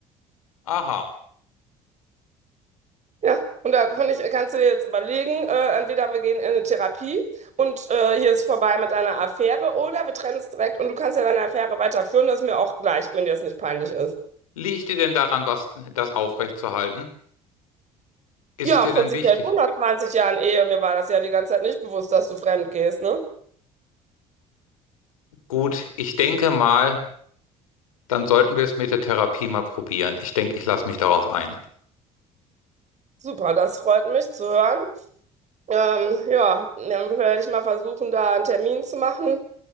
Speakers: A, on the left (about 85°); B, on the right (about 40°).
A: Aha.
B: Ja, und da finde ich, kannst du dir jetzt überlegen, äh, entweder wir gehen in eine Therapie und äh, hier ist vorbei mit einer Affäre oder wir trennen es direkt und du kannst ja deine Affäre weiterführen. Das ist mir auch gleich, wenn dir das nicht peinlich ist.
A: Liegt dir denn daran, was, das aufrechtzuerhalten? Ist
B: Ja,
A: es dir
B: prinzipiell
A: denn wichtig?
B: schon nach 20 Jahren Ehe. Mir war das ja die ganze Zeit nicht bewusst, dass du fremd gehst, ne?
A: Gut, ich denke mal, dann sollten wir es mit der Therapie mal probieren. Ich denke, ich lasse mich darauf ein.
B: Super, das freut mich zu hören. Ähm, ja, dann werde ich mal versuchen, da einen Termin zu machen.